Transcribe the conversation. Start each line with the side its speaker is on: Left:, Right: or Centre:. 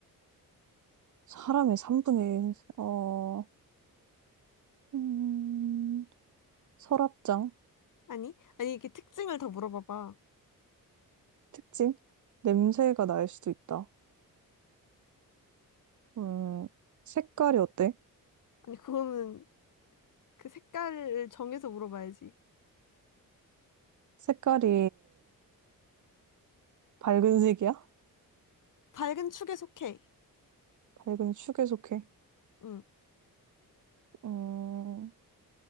Right: 사람의 3분의 1, 어, 음, 서랍장?
Left: 아니, 아니, 이렇게 특징을 더 물어봐봐.
Right: 특징? 냄새가 날 수도 있다. 음, 색깔이 어때?
Left: 아니, 그거는 그 색깔을 정해서 물어봐야지.
Right: 색깔이 밝은 색이야?
Left: 밝은 축에 속해.
Right: 밝은 축에 속해.
Left: 응.
Right: 음,